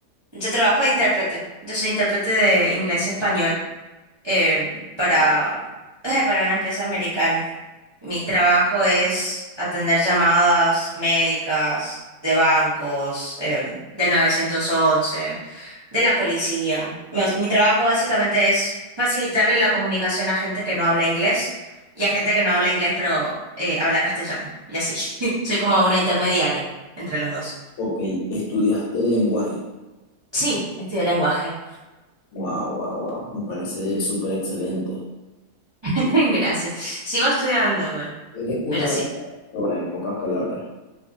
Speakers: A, on the right; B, on the left.
A: yo trabajo de intérprete. Yo soy intérprete de inglés y español. em, para,
B: Wow,
A: <laughs> para una empresa americana. Mi trabajo es atender llamadas médicas, de bancos, em, del 911, de la policía. Mi, mi trabajo básicamente es facilitarle la comunicación a gente que no habla inglés y a gente que no habla inglés pero eh, habla castellano. Y así. <laughs> Soy como una intermediaria entre los dos.
B: ok, estudiaste lenguaje.
A: Sí, estudio lenguaje.
B: Wow, wow, wow, me parece súper excelente.
A: <laughs> Gracias. Sigo estudiando igual,
B: Eres una
A: pero sí.
B: ahora en pocas palabras.